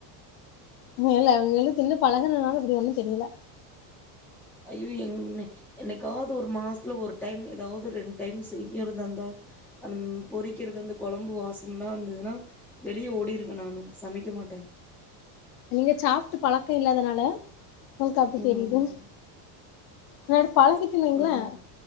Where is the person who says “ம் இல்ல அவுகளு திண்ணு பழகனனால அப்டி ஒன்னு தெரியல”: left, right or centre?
Left